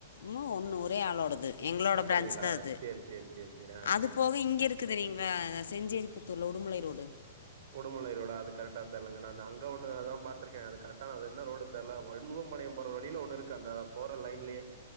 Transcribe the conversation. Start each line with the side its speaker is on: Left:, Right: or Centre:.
Left: ம் ஒன்னு ஒரே ஆளோடது எங்களோட
Right: அப்டிங்களா
Left: பிரான்ச் தா அது
Right: சேரி சேரி சேரி சேரி ஆ
Left: அது போக இங்க இருக் குது தெரியுங்களா செஞ்சேரி புத்தூர்ல உடுமலை ரோடு
Right: உடுமுலை ரோடா அது கரெக்டா தெர்லங்க நா அங்க ஒன்னு அதா பாத்திருக்கே அது கரக்டா அது என்ன ரோடு தலா வண்ணுவம் பாளையம் போற வழியில ஒண்ணு இருக்கு அந்த போற லைன்லயே